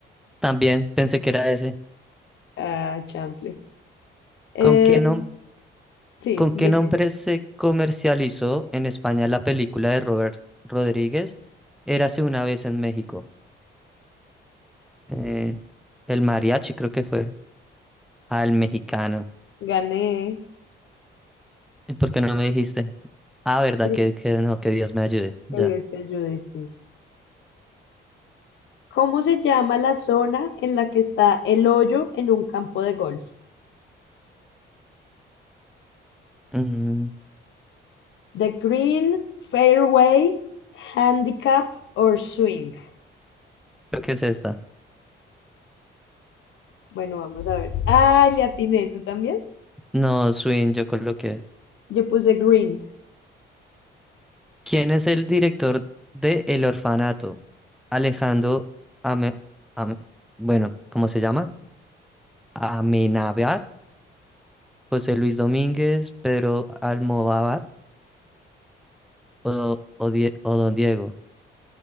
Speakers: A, in the centre; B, on the left.
A: También pensé que era ese.
B: Ah, chanfle. Eh,
A: ¿Con qué nom-
B: sí,
A: con qué
B: dile.
A: nombre se comercializó en España la película de Robert Rodríguez? Érase una vez en México. Eh, el mariachi creo que fue. Ah, el mexicano.
B: Gané.
A: ¿Y por qué no me dijiste? Ah, verdad,
B: Que
A: que, que no, que Dios me ayude. Ya.
B: Dios te ayude, sí. ¿Cómo se llama la zona en la que está el hoyo en un campo de golf?
A: Mm,
B: The green, fairway, handicap or swing.
A: creo que es esta.
B: Bueno, vamos a ver. Ah, le atiné, ¿tú también?
A: No, Swing, yo coloqué.
B: Yo puse green.
A: ¿Quién es el director de El Orfanato? Alejandro Ame- Ame- bueno, ¿cómo se llama? Amenábar, José Luis Domínguez, Pedro Almodóvar o, o Die- o Don Diego.